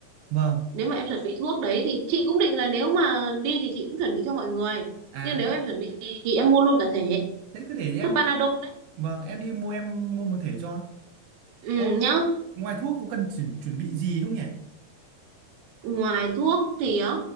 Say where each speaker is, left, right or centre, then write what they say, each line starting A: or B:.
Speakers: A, on the right (about 80°); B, on the right (about 65°).
A: vâng
B: nếu mà em chuẩn bị thuốc đấy thì chị cũng định là nếu mà đi thì chị cũng chuẩn bị cho mọi người
A: à
B: nhưng nếu
A: thế,
B: em chuẩn bị thì thì em mua luôn cả thể
A: thế cứ để em,
B: thuốc Panadol
A: em
B: đấy
A: vâng em đi mua em mua một thể cho
B: Ừ
A: có
B: nhá,
A: ngoài thuốc có cần chuẩn, chuẩn bị gì không nhỉ
B: ngoài thuốc thì á,